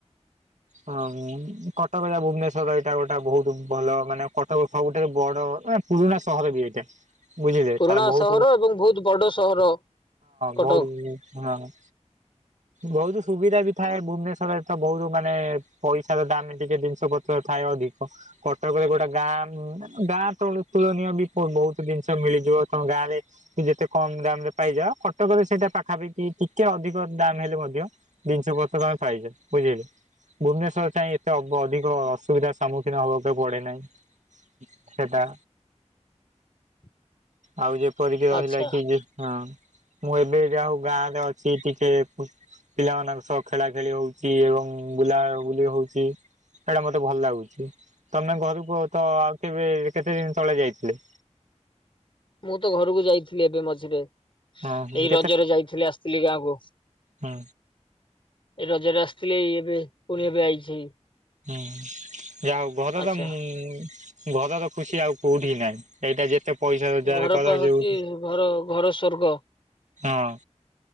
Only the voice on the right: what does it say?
ହ କଟକ ଏଟା ଭୁବନେଶ୍ଵର ଏଇଟା ଗୋଟେ ବହୁତ ଭଲ ମାନେ କଟକ ସବୁଠାରୁ ବଡ ୟକ୍ ପୁରୁଣା ସହର ବି ଏଇଟା ବୁଝିଲେ
ତାର ବହୁତ
ହଁ
ଭ ହଁ। ବହୁତ ସୁବିଧା ବି ଥାଏ ଭୁବନେଶ୍ଵରରେ ତ ବହୁତ ମାନ ମାନେ ପଇସାର ଦାମ ଟିକେ ଜିନିଷ ପତ୍ର ଥାଏ ଅଧିକ। କଟକରେ ଗୋଟେ ଗାଁଁ ଉଁ ଗାଁ ଗାଁ ତ ତୁଳନୀୟ ବି ବହୁତ ଜିନିଷ ମିଳିଯିବ ତମ ଗାଁରେ ଯେତେ କମ ଦାମ ରେ ପାଇଯ କଟ କଟକ ରେ ସେଇଟା ପାଖାପାଖି ଟିକେ ଅଧିକ ଦାମ ହେଲେ ମଧ୍ୟ ଜିନିଷ ପତର ଆମେ ପାଇଛ ବୁଝେଲେ। ଭୁବନେସ୍ୱର ଚାଇଁ ଯାଇ ଏତେ ଅବ୍ ଅଧିକ ଅସୁବିଧାର ସମ୍ମୁଖୀନ ହବାକୁ ପଡେ ନାହିଁ। ସେଟା।
ଆଉ ଯେପରିକି ରହିଲା
କି ହଁ। ମୁଁ ଏବେ ଯ ହଉ ଗାଁ ରେ ଅଛି ଟିକେ ଖୁ ପିଲାମାନଙ୍କ ସହ ଖେଳା ଖେଳି ହଉଛି ଏବଂ ବୁଲାବୁଲି ହଉଛି। ସେଇଟା ମତେ ଭଲ ଲାଗୁଛି। ତମେ ଘରକୁ ତ ଆଉ କେବେ କେତେ ଦିନ ତଳେ ଯାଇଥିଲେ?
ହଁ
ହଁ
ହୁଁ ଯ ଆଉ ଘର
ତ ଉ ଘରର ଖୁସି ଆଉ କୋଉଠି ନାହିଁ, ଏଇଟା ଯେତେ ପଇସା ରୋଜଗାର
କର
ଯୋଉ
ହଁ,